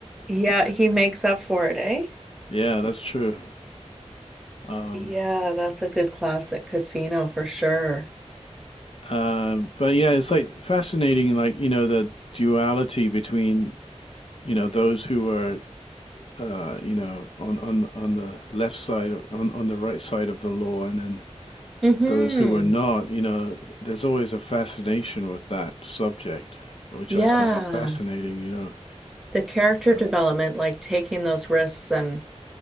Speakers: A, in the centre; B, on the left.
A: Yeah, he makes up for it, eh?
B: Yeah, that's true. Um,
A: Yeah, that's a good classic casino for sure.
B: um, but yeah, it's like fascinating. Like you know the duality between you know those who are uh, you know on on on the left side on on the right side of the law, and then
A: Mm-hmm.
B: those who are not, you know, there's always a fascination with that subject, which
A: Yeah.
B: I find fascinating, you know.
A: The character
B: Uh,
A: development, like taking those risks and